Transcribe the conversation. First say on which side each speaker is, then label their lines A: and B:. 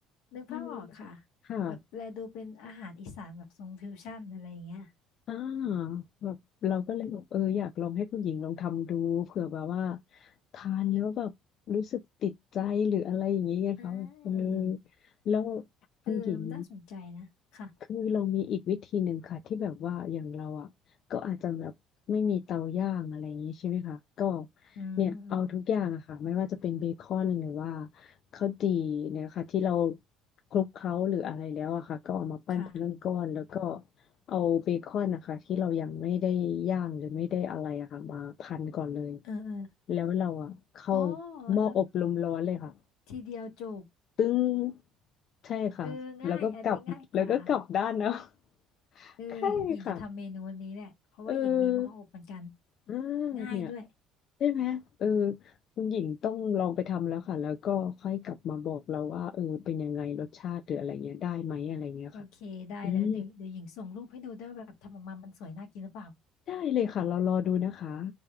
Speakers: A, on the left; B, on the left.
A: นึกภาพออกค่ะ
B: อืมค่ะ
A: แบบแลดูเป็นอาหารอีสานแบบทรงฟิวชั่นอะไรอย่างเงี้ย
B: อ่าแบบเราก็เลยแบบเอออยากลองให้คุณหญิงลองทำดูเผื่อแบบว่าทานแล้วแบบรู้สึกติดใจหรืออะไรอย่างนี้ไงเขาเออ
A: อ่า
B: แล้ว
A: เออน่าสนใจนะค่ะ
B: คุณหญิงคือเรามีอีกวิธีหนึ่งค่ะที่แบบว่าอย่างเราอ่ะก็อาจจะแบบไม่มีเตาย่างอะไรอย่างนี้ใช่ไหมคะก็
A: อืม
B: เนี่ยเอาทุกอย่างอะค่ะไม่ว่าจะเป็นเบคอนหรือว่าข้าวจี่เนี่ยค่ะที่เราคลุกเคล้าหรืออะไรแล้วอะค่ะก็เอามาปั้นเป็นก้อนๆแล้วก็
A: ค่ะ
B: เอาเบคอนนะคะที่เรายังไม่ได้ย่างหรือไม่ได้อะไรอะค่ะมาพันก่อนเลย
A: เออเออ
B: แล้วเราอะเข้า
A: โอ้
B: หม้ออบลมร้อนเลยค่ะ
A: แล้วทีเดียวจบ
B: ตึ้งใช่ค่ะแล้วก็กลับแล้วก็กลับด้านเนาะ
A: เออง่ายอันนี้ง่ายกว่า
B: <laughs>
A: เออหญิงจะทำเมนูนี้แหละเพราะว่าหญิงมีหม้ออบเหมือนกัน
B: ใช่ค่ะเอออ่า
A: ง่ายด้วย
B: เนี่ยใช่ไหมเออคุณหญิงต้องลองไปทำแล้วค่ะแล้วก็ค่อยกลับมาบอกเราว่าเออเป็นยังไงรสชาติหรืออะไรเงี้ยได้ไหมอะไรเงี้ยค่ะ
A: โอเคได้แล้วเดี๋ยวเดี๋ยวหญิงส่งรูปให้ดูด้วยว่าแบบทำออกมามันสวยน่ากินหรือเปล่า
B: อืมได้เลยค่ะเรารอดูนะคะ